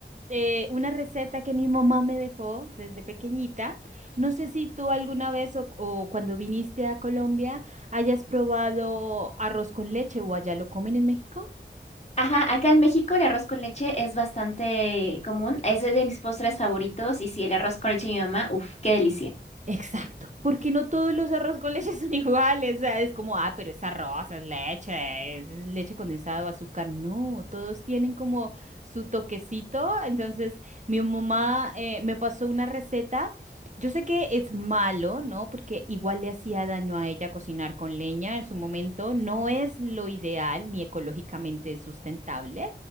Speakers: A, on the right; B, on the left.
A: eh, una receta que mi mamá me dejó desde pequeñita. No sé si tú alguna vez o, o cuando viniste a Colombia hayas probado arroz con leche o allá lo comen en México.
B: Ajá, acá en México el arroz con leche es bastante común. Es de mis postres favoritos. Y sí, el arroz con leche de mi mamá, uff, qué delicia.
A: Exacto, porque no todos los arroz con leche <laughs> son iguales, o sea, es como, ah, pero es arroz, es leche, es leche condensada o azúcar, no, todos tienen como su toquecito, entonces mi mamá eh, me pasó una receta, yo sé que es malo, ¿no? Porque igual le hacía daño a ella cocinar con leña en su momento, no es lo ideal ni ecológicamente sustentable,